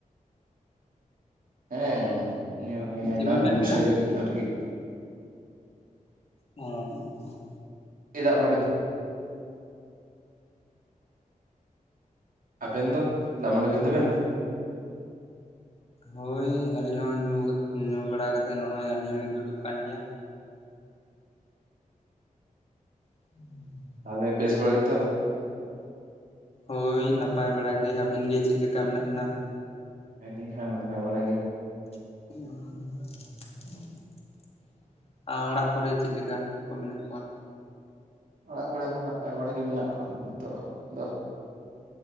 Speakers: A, on the right; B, on the left.
A: ᱦᱮᱸ ᱧᱩ ᱦᱳᱭᱱᱟ
B: ᱪᱮᱫ
A: ᱮᱱᱟᱱ
B: ᱵᱤᱱ ᱢᱮᱱ
A: ᱢᱟᱥᱤᱨᱟᱹᱫ
B: ᱠᱮᱫᱟ?
A: ᱧᱚᱜ ᱨᱮᱜᱮ
B: ᱚ
A: ᱪᱮᱫᱟᱜ ᱢᱟᱸᱰᱤ ᱠᱚ ᱟᱵᱮᱱ ᱫᱚ ᱫᱟᱜ ᱢᱟᱹᱰᱤ ᱦᱩᱭᱮᱱ ᱛᱟᱵᱮᱱᱟ
B: ᱦᱳᱭ ᱟᱹᱞᱤᱧ ᱦᱚᱸ ᱧᱩ ᱠᱟᱛ ᱧᱩ ᱵᱟᱲᱟ ᱠᱟᱛᱮᱫ ᱱᱚᱜᱼᱚᱭ ᱟᱹᱞᱤᱧ ᱦᱩᱞᱤᱧ ᱫᱩᱲᱩᱵ ᱠᱟᱱ ᱜᱮᱭᱟ <unintelligible>
A: ᱛᱟᱦᱚᱞᱮ ᱵᱮᱥ ᱵᱟᱲᱟ ᱜᱮᱛᱚ?
B: ᱦᱳᱭ ᱱᱟᱯᱟᱭ ᱵᱟᱲᱟ ᱜᱮ ᱟᱹᱵᱤᱱ ᱜᱮ ᱪᱮᱜ ᱞᱮᱠᱟ ᱢᱮᱱᱟᱜ ᱵᱤᱱᱟ?
A: ᱟᱹᱞᱤᱧ ᱦᱟᱸᱜ ᱱᱟᱯᱟᱭ ᱵᱟᱲᱟ ᱜᱮ
B: <unintelligible> ᱟ ᱚᱲᱟᱜ ᱠᱚᱨᱮ ᱪᱮᱫᱞᱮᱠᱟ ᱠᱚ ᱢᱮᱱᱟᱜ ᱠᱚᱣᱟ?
A: ᱚᱲᱟᱜ ᱠᱚᱨᱮ ᱦᱚᱸ ᱱᱟᱯᱟᱭ ᱵᱟᱲᱟ ᱜᱮ ᱢᱮᱱᱟᱜ ᱠᱚᱣᱟ ᱱᱤᱛᱚᱜ ᱫᱚ